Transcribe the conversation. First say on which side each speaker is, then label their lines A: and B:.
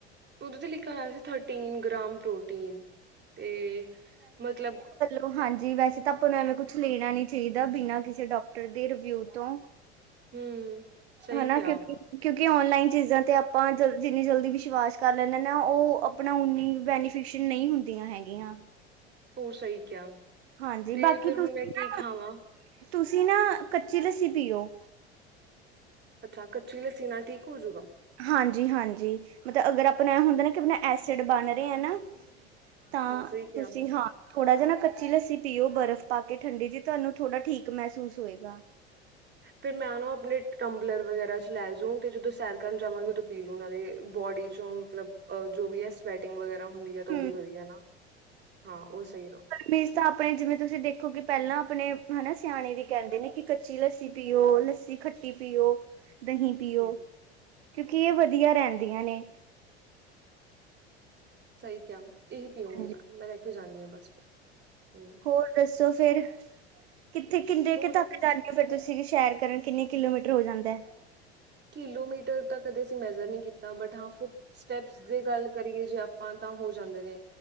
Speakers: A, on the right (about 30°); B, on the right (about 65°).
A: ਉਦੋਂ ਤੇ ਲਿਖਿਆ ਹੋਇਆ ਸੀ ਥਰਟੀਨ ਗ੍ਰਾਮ ਪ੍ਰੋਟੀਨ ਤੇ, ਮਤਲਬ
B: ਲੋ ਹਾਂਜੀ ਵੈਸੇ ਤਾਂ ਆਪਾਂ ਨੂੰ ਐਵੇਂ ਕੁਛ ਲੈਣਾ ਨੀ ਚਾਹੀਦਾ ਬਿਨਾਂ ਕਿਸੇ ਡਾਕਟਰ ਦੇ ਰਿਵਿਊ ਤੋਂ
A: ਹੂੰ। ਸਹੀ
B: ਹਨਾ
A: ਕਿਹਾ
B: ਕਿਉਂਕਿ, ਕਿਉਂਕਿ ਔਨਲਾਈਨ ਚੀਜ਼ਾਂ ਤੇ ਆਪਾਂ ਜਿੰਨੀ ਜਲਦੀ ਵਿਸ਼ਵਾਸ ਕਰ ਲੈਂਦੇ ਨਾ ਉਹ ਆਪਣਾ ਓਨੀ ਬੈਨੀਫਿਸ਼ਅਲ ਨਹੀਂ ਹੁੰਦੀਆਂ ਹੈਗੀਆਂ।
A: ਹੋਰ ਸਹੀ ਕਿਹਾ
B: ਹਾਂਜੀ
A: ਤੇ
B: ਬਾਕੀ
A: ਫਿਰ ਹੁਣ
B: ਤੁਸੀਂ
A: ਮੈਂ ਕੀ
B: ਨਾ
A: ਖਾਵਾਂ?
B: ਤੁਸੀਂ ਨਾ ਕੱਚੀ ਲੱਸੀ ਪੀਓ।
A: ਅੱਛਾ ਕੱਚੀ ਲੱਸੀ ਨਾਲ ਠੀਕ ਹੋਜੂਗਾ।
B: ਹਾਂਜੀ-ਹਾਂਜੀ, ਮਤਲਬ ਅਗਰ ਆਪਣਾ ਇਹ ਹੁੰਦਾ ਨਾ ਕਿ ਆਪਣਾ ਐਸਿਡ ਬਣ ਰਿਹਾ ਹੈ ਨਾ ਤਾਂ,
A: ਹਾਂ ਸਹੀ ਕਿਹਾ।
B: ਤੁਸੀਂ ਹਾਂ ਥੋੜ੍ਹਾ ਜਾ ਨਾ ਕੱਚੀ ਲੱਸੀ ਪੀਓ ਬਰਫ਼ ਪਾ ਕੇ ਠੰਡੀ ਜੀ ਤੁਹਾਨੂੰ ਥੋੜਾ ਠੀਕ ਮਹਿਸੂਸ ਹੋਏਗਾ।
A: ਫਿਰ ਮੈਂ ਨਾ ਆਪਣੇ ਟੰਬਲਰ ਵਗੈਰਾ ਚ ਲੈਜਊ ਤੇ ਜਦੋਂ ਸੈਰ ਕਰਨ ਜਾਵਾਂਗੇ ਉਦੋਂ ਪੀਲੋ ਨਾਲੇ ਬੋਡੀ ਚੋਂ ਮਤਲਬ ਅ ਜੋ ਵੀ ਹੈ ਡਾਈਟਿੰਗ ਵਗੈਰਾ ਹੁੰਦੀ ਹੈ ਤਾਂ
B: ਹੂੰ
A: ਉਹ ਵੀ ਵਧੀਆ ਨਾ, ਹਾਂ ਉਹ ਸਹੀ ਰਹੇ।
B: ਮੇਨ ਤਾਂ ਆਪਣੇ ਜਿਵੇਂ ਤੁਸੀਂ ਦੇਖੋ ਕਿ ਪਹਿਲਾਂ ਆਪਣੇ ਹਨਾ ਸਿਆਣੇ ਵੀ ਕਹਿੰਦੇ ਨੇ ਕਿ ਕੱਚੀ ਲੱਸੀ ਪੀਓ ਲੱਸੀ ਤੁਸੀਂ ਖੱਟੀ ਪੀਓ, ਦਹੀਂ ਪੀਓ,
A: ਹੂੰ
B: ਕਿਉਂਕਿ ਇਹ ਵਧੀਆ ਰਹਿੰਦੀਆਂ ਨੇ।
A: ਸਹੀ ਕਿਆ ਇਹੀ ਪੀਉਂਗੀ
B: ਹਾਂਜੀ
A: ਮੈ, ਮੈਂ ਲੈ ਕੇ ਜਾਂਦੀ ਹਾਂ ਬਸ ਫਿਰ, ਹੂੰ।
B: ਹੋਰ ਦੱਸੋ ਫੇਰ, ਕਿੱਥੇ ਕਿੰਨੇ
A: ਹੋਰ
B: ਕੇ ਤੱਕ
A: ਤੇ
B: ਜਾਂਦੇ ਫੇਰ ਤੁਸੀਂ ਸ਼ੈਰ ਕਰਨ ਕਿੰਨੇ ਕਿਲੋਮੀਟਰ ਹੋ ਜਾਂਦਾ ਹੈ?
A: ਕਿਲੋਮੀਟਰ ਤਾਂ ਕਦੇ ਅਸੀਂ ਮੈਜਰ ਨਹੀਂ ਕੀਤਾ ਬਟ ਹਾਂ ਫੁਟ ਸਟੈਪਸ ਦੀ ਗੱਲ ਕਰੀਏ ਜੇ ਆਪਾਂ ਤਾਂ ਹੋ ਜਾਂਦੇ ਨੇ।